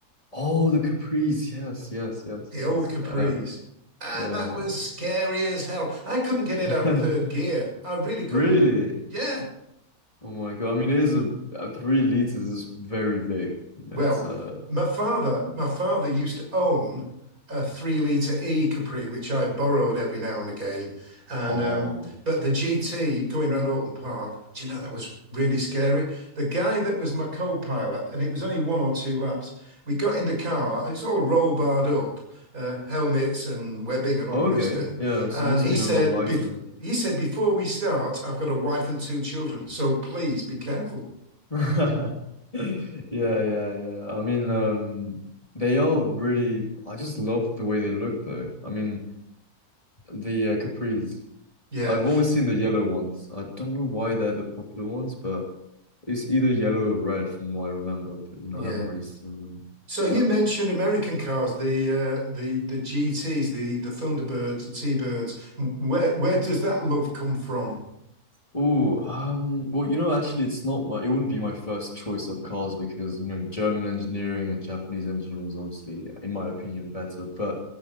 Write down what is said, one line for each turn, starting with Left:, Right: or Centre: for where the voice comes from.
Left: oh, the Caprice. Yes, yes, yes,
Right: the old
Left: yes.
Right: Capris,
Left: Uh,
Right: and
Left: yeah.
Right: that was scary as hell. I couldn't get it
Left: <laughs>
Right: out of third gear. I really couldn't.
Left: Really?
Right: Yeah.
Left: Oh my God. I mean, it is a, a three liters is very big.
Right: Well,
Left: It's uh.
Right: my father, my father used to own a three litre E Capri, which I borrowed every now and again. And
Left: Um.
Right: um, but the GT going around Alton Park, do you know that was really scary? The guy that was my co-pilot, and it was only one or two laps. We got in the car, and it's all roll barred up, uh, helmets and webbing and all
Left: Okay.
Right: the rest of it.
Left: Yeah. So
Right: And
Left: it must
Right: he
Left: have been
Right: said,
Left: a lot lighter.
Right: bef he said, before we start, I've got a wife and two children, so please be careful.
Left: <laughs> Yeah, yeah, yeah. I mean, um, they are really. I just love the way they look, though. I mean, the uh, capris.
Right: Yeah,
Left: I've always seen the yellow ones. I don't know why they're the popular ones, but it's either yellow or red, from what I remember. But you know,
Right: yeah.
Left: I haven't really seen
Right: So you
Left: that.
Right: mentioned American cars, the uh, the the GTs, the the Thunderbirds, the T-Birds. Where where does that love come from?
Left: Oh, um, well, you know, actually, it's not my, it wouldn't be my first choice of cars because, you know, German engineering and Japanese engineering is obviously, in my opinion, better. But